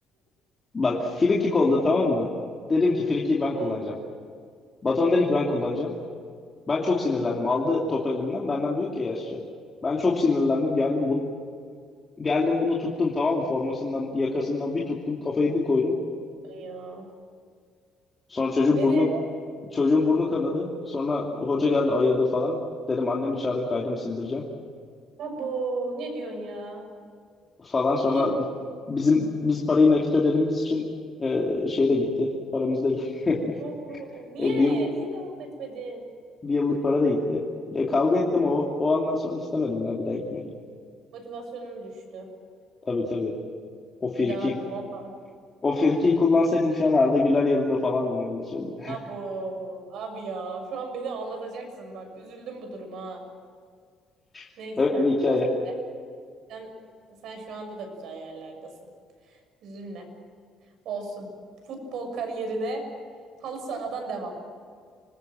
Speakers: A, on the left; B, on the right.
A: Bak free kick oldu tamam mı? Dedim ki free kick'i ben
B: Ee?
A: kullanacağım. Batuhan dedi ki ben kullanacağım. Ben çok sinirlendim. Aldı topu elimden. Benden büyük ya yaşça. Ben çok sinirlendim. Geldim bunu geldim bunu tuttum tamam mı? Formasından, yakasından bir tuttum. Kafayı bir koydum.
B: Ya.
A: Sonra çocuğun
B: Ee?
A: burnu çocuğun burnu kanadı. Sonra hoca geldi ayırdı falan. Dedim annemi çağırın kaydımı sildireceğim.
B: Abo. Ne diyorsun ya?
A: falan sonra
B: Olur mu?
A: bi- bizim biz parayı nakit ödediğimiz için e, şey de gitti. Paramız da gitti. <laughs>
B: Oğlum niye?
A: E, bir yıl
B: Niye devam etmedin?
A: bir yıllık para da gitti. E, kavga
B: Abo
A: ettim o o andan sonra istemedim ya bir daha gitmek.
B: motivasyonum düştü.
A: Tabii tabii. O firki
B: Bir daha abi valla.
A: o firkiyi kullansaydım şu an Arda Güler yerinde falandım öyle söyleyeyim.
B: Abo abi ya şu an beni ağlatacaksın bak üzüldüm bu duruma. ha.
A: <laughs>
B: Neyse
A: Öyle bir hikaye.
B: olsun sen, sen şu anda da güzel yerlerdesin. Üzülme olsun. Futbol kariyerine halı sahadan devam.